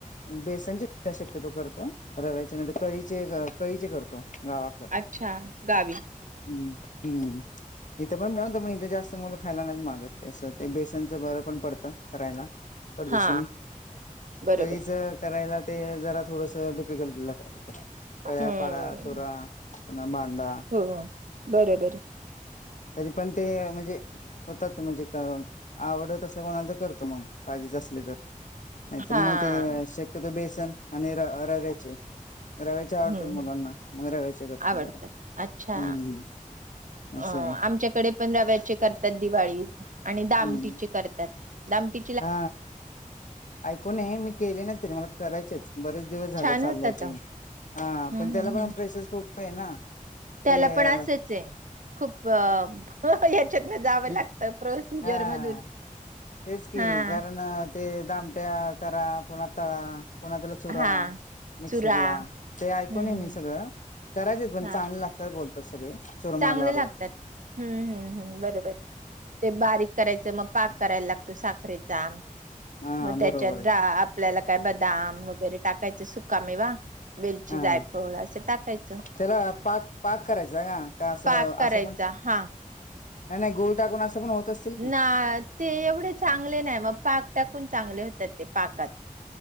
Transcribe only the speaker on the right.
अच्छा गावी.
हा बरोबर
हम्म
हो बरोबर.
हां,
हं,
हं.
आवडतात.
अच्छा.
अ
आमच्याकडे पण रव्याचे करतात दिवाळी. आणि
दामटीचे करतात. दम टि
छान
होतात
अहो.
हं,
हं,
हं.
त्याला
पण
अस खूप अ याच्यातन जावं
लागत. प्रोसिजर
मधून.
हां,
हां,
चुरा
हं,
हां,
चांगले
लागतात. हम्म हम्म् हम्म. बरोबर ते बारीक करायचं. मग पाक करायला लागतोय, साखरेचा
मग त्याच्यात
दाब आपल्याला काय बदाम वगैरे टाकायचं सुकामेवा वेलची
जायफळ असं टाकायचं.
पाक करायचा
हा
ना ते एवढे चांगले नाही मग पाक टाकून चांगले होतात, ते पाकात.